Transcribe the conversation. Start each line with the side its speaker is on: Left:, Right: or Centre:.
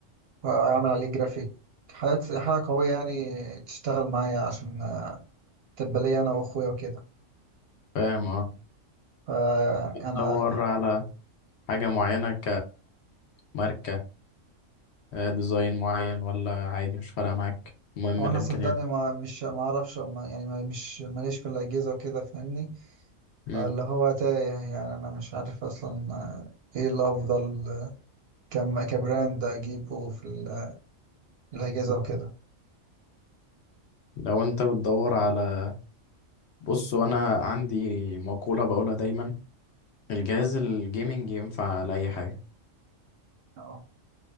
Right: واعمل عليه جرافيك حاجه حاجه قويه يعني تشتغل معايا عشان تبقى لي انا واخويا وكده
Left: فاهم اه
Right: فانا
Left: بتدور على حاجة معينة كماركة آه، ديزاين معين ولا عادي مش فارقة معاك المهم
Right: هو انا
Left: الإمكانيات
Right: صدقني ما مش ما اعرفش ما يعني ما مش ماليش في الاجهزه وكده فاهمني
Left: مم.
Right: فاللي هو تايه يعني انا مش عارف اصلا آه، ايه الافضل آه، كم كبراند اجيبه في ال- آه، الاجهزه وكده
Left: لو انت بتدور على بص وانا عندي مقولة بقولها دايما الجهاز الجيمنج ينفع لأي حاجة
Right: اه